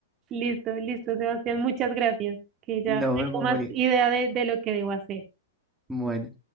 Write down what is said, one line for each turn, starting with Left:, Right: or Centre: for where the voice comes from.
Right: Listo, listo, Sebastián, muchas gracias, que ya
Centre: nos
Right: tengo
Centre: vemos,
Right: más
Centre: María.
Right: idea de, de lo que debo hacer.
Centre: Bueno.